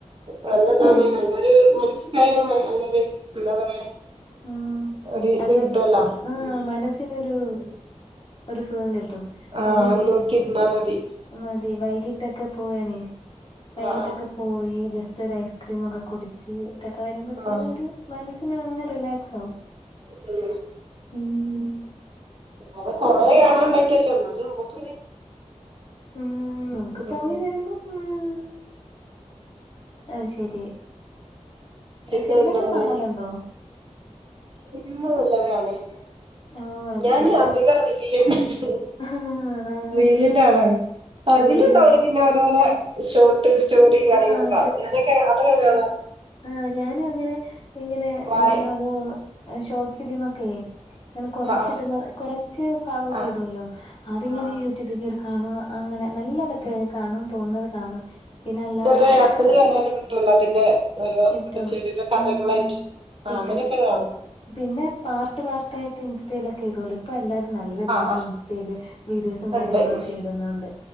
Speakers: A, on the right; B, on the left.
A: നല്ലതാണ്
B: വൈ
A: നല്ലൊരു <unintelligible> <unintelligible> എന്താ പറയാ
B: ഉം
A: ഒരു
B: നല്ലൊരു
A: ഇത് കിട്ടുവല്ലോ
B: ആഹ്
A: ഉം
B: മനസ്സിനൊരു
A: ഉം
B: ഒരു സുഖം കിട്ടും
A: ആഹ്
B: നമ്മളീ
A: അത് നോക്കിരുന്നാ മതി
B: മതി വൈകിട്ടൊക്കെ പോവാനെ വൈകിട്ടൊക്കെ
A: ആഹ് ആഹ്
B: പോയി ജസ്റ്റ് ഒരു ഐസ്ക്രീമൊക്കെ കുടിച്ചിട്ടൊക്കെ വരുമ്പോഴത്തേനും
A: ആഹ്
B: ഒരു മനസ്സിന് അങ്ങ് റിലാക്സ് ആവും
A: ശരിയാ
B: ഉം ഉം
A: അത് കൊറേ കാണാൻ പറ്റില്ലല്ലോ എന്നാലും നമുക്കൊരു
B: ഉം നമുക്ക്
A: ഉണ്ട്
B: പോയി
A: ഉം
B: വരുമ്പോ ഉം അത് ശരി
A: പിന്നെ
B: സിനിമയൊക്കെ
A: എന്താ പറയാ
B: കാണലുണ്ടോ
A: സിനിമ ഒന്നും കാണലില്ല
B: ഓ അത്
A: ഞാന്
B: ശരി
A: അധികം റീല് കാണൂള്ളൂ
B: ആഹ്
A: റീലിന്റെ ആളാണ് അതിലുണ്ടാവൂല്ലോ
B: റീലില്
A: പിന്നെ ഓരോരോ ഷോർട്ട് സ്റ്റോറിയും കാര്യങ്ങളൊക്കെ
B: ആഹ്
A: അങ്ങനെയൊക്കെ അത് നല്ലതാണോ
B: ആ ഞാനും അങ്ങനെ ഇങ്ങനെ
A: വായ
B: ഇങ്ങനെ ഓരോ ഷോർട്ട് ഫിലിമ് ഒക്കെയേ ഇങ്ങനെ കൊറച്ചിടുന്ന
A: ആഹ്
B: കുറച്ച് ഭാഗവൊക്കെ
A: ആഹ്
B: ഇടുമല്ലോ അതിങ്ങനെ
A: ആഹ് ആഹ്
B: യൂട്യൂബിൽ കയറി കാണുക അങ്ങനെ നല്ലതൊക്കെ
A: ആഹ്
B: കാണും തോന്നുന്നത് കാണും പിന്നെ അല്ലാതെ
A: ഇപ്പൊ ഒരു ആപ്പില് കയറിയാലും കിട്ടുവല്ലോ അതിന്റെ ഓരോ
B: കിട്ടും
A: ചെറിയൊരു കഥകളായിട്ട്
B: ഉം
A: ആ
B: കിട്ടും
A: അങ്ങനെയൊക്കെ ഉള്ളതാണ്
B: പിന്നെ പാർട്ട് പാർട്ടായിട്ട് ഇൻസ്റ്റയിലൊക്കെ ഇടുവല്ലോ ഇപ്പൊ എല്ലാരും നല്ല രീതിക്ക്
A: ആ ആ
B: ഇൻസ്റ്റയില് വീഡിയോസും കാര്യങ്ങളൊക്കെ
A: ഉണ്ട് ഉം.
B: ഇടുന്നുണ്ട്